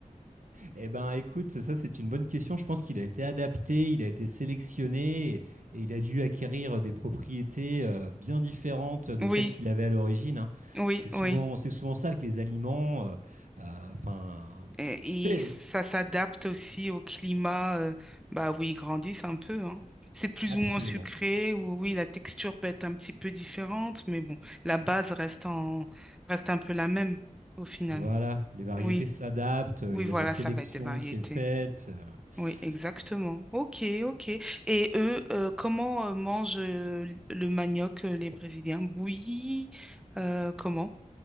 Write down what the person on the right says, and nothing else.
Eh ben, écoute, ça c'est une bonne question. Je pense qu'il a été adapté, il a été sélectionné et, et il a dû acquérir des propriétés euh, bien différentes de
celles qu'il avait à l'origine. hein.
C'est souvent,
c'est souvent ça avec les aliments. euh, euh, Enfin,
tu sais,
absolument.
Voilà, les variétés
s'adaptent. euh,
Il y
a de la sélection
qui est faite. euh.
Bon.